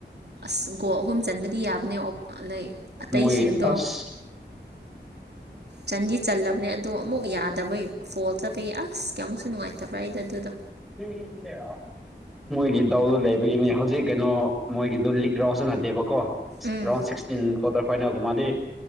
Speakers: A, on the right (about 65°); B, in the centre.
A: ꯑꯁ ꯒꯣꯜ ꯑꯍꯨꯝ ꯆꯟꯕꯗꯤ ꯌꯥꯕꯅꯦ ꯑꯇꯩꯁꯤꯡꯗꯣ
B: ꯃꯣꯏꯒꯤ ꯑꯁ
A: ꯆꯟꯗꯤ ꯆꯜꯂꯕꯅꯦ ꯑꯗꯣ ꯑꯃꯨꯛ ꯌꯥꯗꯕꯩ ꯐꯣꯜ ꯆꯠꯄꯒꯤ ꯑꯁ ꯀꯌꯥꯃꯨꯛꯁꯨ ꯅꯨꯡꯉꯥꯏꯇꯕ꯭ꯔꯥ ꯑꯩꯗ ꯑꯗꯨꯗꯣ
B: <unintelligible> ꯃꯣꯏꯒꯤ ꯗꯥꯎꯗꯣ ꯂꯩꯕꯒꯤꯅꯤ ꯍꯧꯖꯤꯛ ꯀꯩꯅꯣ ꯃꯣꯏꯒꯤꯗꯨꯣ ꯂꯤꯛ ꯔꯥꯎꯟꯁꯨ ꯅꯠꯇꯦꯕꯀꯣ
A: ꯎꯝ
B: ꯔꯥꯎꯗ ꯁꯤꯛꯁꯇꯤꯟ ꯀ꯭ꯋꯥꯇꯔ ꯐꯥꯏꯅꯦꯜꯒꯨꯝꯕꯗꯤ